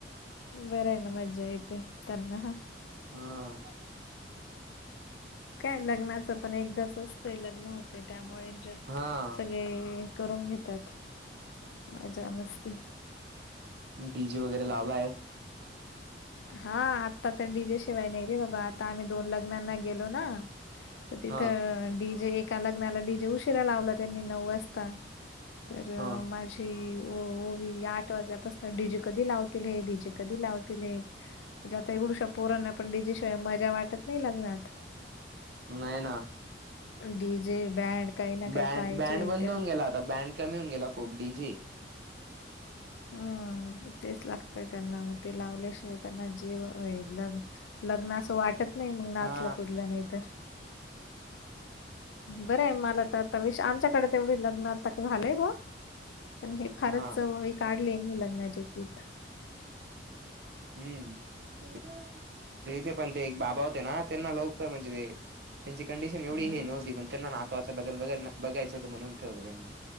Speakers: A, on the left; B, on the right.
A: बरं आहे ना मज्जा येते त्यांना हा
B: हा..
A: काय लग्नाचं पण एकदा वते लग्न होते त्यामुळे
B: हा
A: सगळे करून घेतात मजा मस्ती
B: डीजे वगैरे लावला आहे?
A: हा आत्ता तर डी जे शिवाय नाही रे बाबा आता आम्ही दोन लग्नांना गेलो ना. तिथं
B: हा
A: अ डी जे. एका लग्नाला डी जे उशीरा लावला त्यांनी. नऊ वाजता. तर
B: हा
A: माझी ओवी, आठ वाजल्यापासून डी जे कधी लाव तील हे. डी जे कधी लावतील हे. म्हणजे आता एवढुशा पोरांना पण डी जे शी मजा वाटत नाही, लग्नात
B: नाही ना.
A: डीजे बँड काही ना काही
B: बँ
A: पाहिजे
B: -बँड बंद
A: तेव्हा
B: होऊन गेला. आता बँड कमी होऊन गेला खूप. D J.
A: हम. तेच लागतय त्यांना. मग ते लावल्याशिवाय त्यांना जेव लग लग्न असं वाटत नाही, मग. नाचलं
B: हा
A: कुठलं नाही तर. बरंय. मला तर आता विष आमच्याकडे, तेवढी लग्न ता झालंय बुवा. पण हे फारच
B: हा
A: जवळी, काढले नी लग्नाचे तिथ.
B: हम्म. ते <inaudible> तिथे पण ते एक बाबा होते ना. त्यांना लवकर म्हणजे, ते त्यांची कंडिशन एवढी
A: हम्म.
B: हे नव्हती. पण त्यांना ना तंवाच लग्न, बघ बा बघायंच होत. म्हणून ठेवलं त्यांनी.